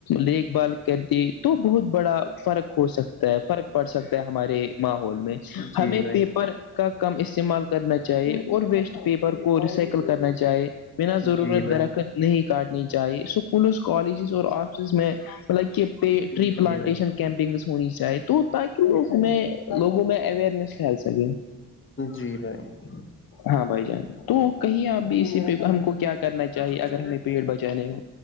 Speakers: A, on the left; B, on the left.
A: دیکھ بھال کرتے تو بہت بڑا فرق ہو سکتا ہے فرق پڑ سکتا ہے ہمارے ماحول میں
B: جی
A: ہمیں
B: بھائی
A: پیپر کا کم استعمال کرنا چاہی اور ویسٹ پیپر کو ریسائیکل کرنا چاہے بنا ضرورت
B: جی بھائی
A: درخت نہیں کاٹنی چاہی اسکولز کالجز اور آفسز میں مطلب کہ پ
B: جی
A: ٹری پلانٹیشن
B: بھائی
A: کیمپنگس ہونی چاہے تو تاکہ وہ اس میں لوگوں میں اوئرنیس پھیل سکے
B: جی بھائی
A: ہاں بھائی جان تو کہیں آپ بھی اسی پہ ہم کو کیا کرنا
B: س
A: چاہیے
B: توبائی
A: اگر ہمیں پیڑ بچانے ہو